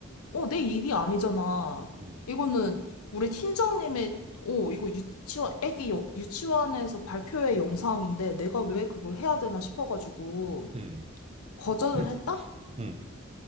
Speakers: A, on the left; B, on the right.
A: 어, 내 일이 아니잖아.
B: 응.
A: 이거는 우리 팀장님의, 어, 이거 유치원, 애기 여- 유치원에서 발표회 영상인데 내가 왜 그걸 해야 되나 싶어가지고
B: 응.
A: 거절을
B: <clears throat>
A: 했다?
B: 응.